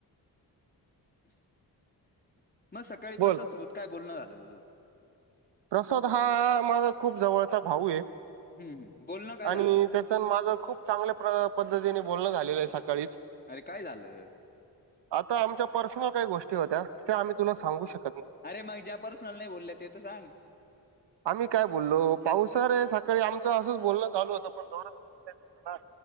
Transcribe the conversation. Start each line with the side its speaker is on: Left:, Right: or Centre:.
Left: हम्म मग सकाळी
Right: बोल
Left: प्रसाद सोबत काय बोलणं झालं तुझं?
Right: प्रसाद हा माझा खूप जवळचा भाऊ आहे.
Left: हम्म हम्म. बोलणं काय
Right: आणि
Left: झालं
Right: त्याच माझ खूप चांगल्या पद्धतीने बोलणं झालेलं आहे सकाळीच
Left: अरे काय झालं
Right: आता आमच्या पर्सनल काही गोष्टी होत्या त्या आम्ही तुला सांगू शकताो
Left: अरे मग ज्या पर्सनल नाही बोलले ते तर सांग
Right: आम्ही काय बोललो पावसा रे सा तिकडे आमचं असंच बोलणं चालू होत पण जोरात पाऊस येत होता ना.